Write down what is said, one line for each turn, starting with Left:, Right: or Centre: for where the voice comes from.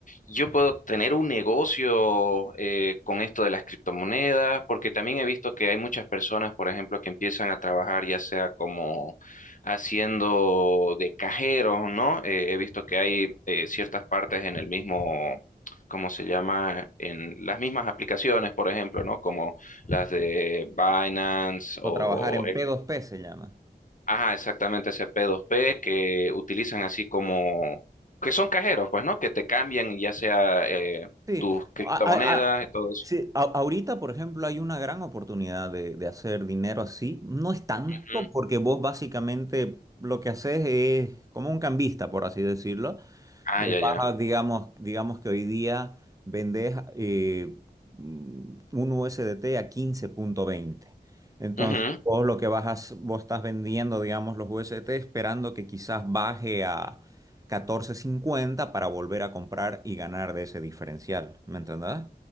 Left: ¿yo puedo tener un negocio eh, con esto de las criptomonedas? Porque también he visto que hay muchas personas, por ejemplo, que empiezan a trabajar ya sea como haciendo de cajeros, ¿no? Eh, he visto que hay eh, ciertas partes en el mismo, ¿cómo se llama? En las mismas aplicaciones, por ejemplo, ¿no? Como las de
Right: sí,
Left: Binance
Right: o
Left: o...
Right: trabajar en P2P se llama.
Left: Ajá, exactamente, ese P2P que utilizan así como, que son cajeros, pues, ¿no? Que te cambian ya sea eh,
Right: Sí,
Left: tus criptomonedas
Right: a- Ahorita, a- ahorita. a-
Left: y todo eso.
Right: sí, a- ahorita, por ejemplo, hay una gran oportunidad de, de hacer dinero así. No es tanto
Left: Ujú.
Right: porque vos básicamente lo que haces es como un cambista, por así decirlo.
Left: Ah,
Right: Vos
Left: ya,
Right: vas
Left: ya.
Right: a, digamos, digamos que hoy día vendés eh, mm, un USDT a quince punto veinte Entonces,
Left: Ujú.
Right: vos lo que vas a, s- vos estás vendiendo, digamos, los USDT esperando que quizás baje a catorce cincuenta para volver a comprar y ganar de ese diferencial. ¿Me entendés?